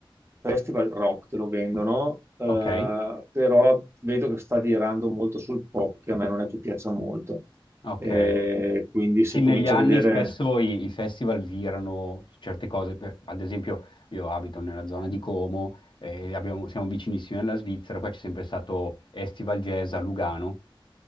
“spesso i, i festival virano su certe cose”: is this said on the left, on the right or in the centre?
Left